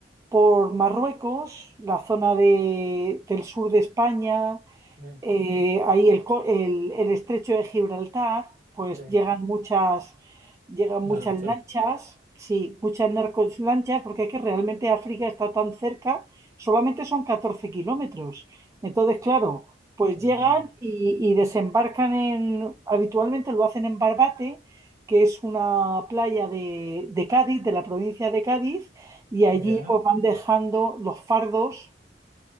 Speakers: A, on the right; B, on the right.
A: por Marruecos, la zona de- del sur de España,
B: sí,
A: eh, ahí el, co- el- el estrecho de Gibraltar, pues
B: sí.
A: llegan muchas, llegan muchas
B: Lancha,
A: lanchas, sí, muchas narcos lanchas, porque es que realmente África está tan cerca, solamente son 14 kilómetros. Entonces, claro, pues
B: más
A: llegan
B: nada.
A: y, y desembarcan en, habitualmente lo hacen en Barbate, que es una playa de, de Cádiz, de la provincia de Cádiz, y allí
B: Ya,
A: pues van dejando los fardos